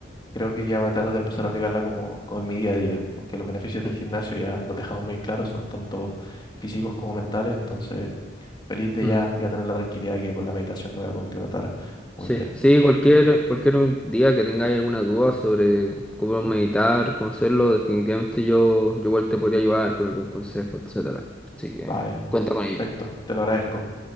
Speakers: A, on the left (about 25°); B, in the centre.
A: creo que ya voy a tratar de empezar a aplicarla como, como en mi día a día, porque los beneficios del
B: mm,
A: gimnasio ya los dejamos muy claros, son tanto físicos como mentales, entonces feliz de
B: mm.
A: ya, ya tener la tranquilidad que con la meditación lo voy a complementar muy
B: Sí,
A: bien.
B: sí, cualquier, cualquier un día que tengáis alguna duda sobre cómo meditar, cómo hacerlo, definitivamente yo, yo igual te podría ayudar con algún consejo, etcétera. Así que
A: Vale,
B: cuenta con ello.
A: perfecto, te lo agradezco.